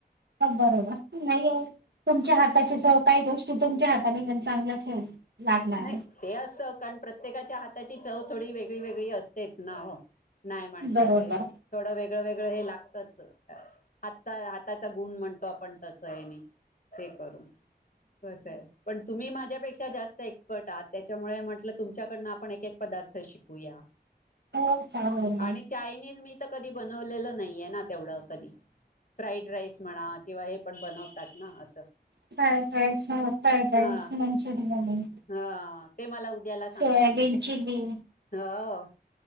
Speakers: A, on the right; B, on the left.
A: ह बरोबर नाही आहे तुमच्या हाताची चव काही गोष्टी तुमच्या हाताने चांगल्याच लागणार
B: नाही
A: ना.
B: ते असतं कारण प्रत्येकाच्या हाताची चव थोडी वेगळी वेगळी असतेच ना हो. नाही म्हटलं
A: बरोबर
B: तरी. थोडं वेगळं वेगळं हे लागतच हात हाताचा गुण म्हणतो आपण तसं आहे. ते करून कस आहे पण तुम्ही माझ्यापेक्षा जास्त ए एक्सपर्ट त्याच्यामुळे म्हंटलं तुमच्याकडनं आपण एक एक पदार्थ शिकूया.
A: हो चालेल मग.
B: आणि चायनीज मी तर कधी बनवलेलं नाहीये ना तेवढं कधी. फ्राईड राईस म्हणा किंवा हे पण बनवतात ना अस.
A: फ्राईड राईस फ्राईड राईस
B: हा
A: मंचुरियन.
B: हा ते मला उद्याला सांगा
A: सोयाबीनची
B: तुम्ही
A: चिली
B: हो हो.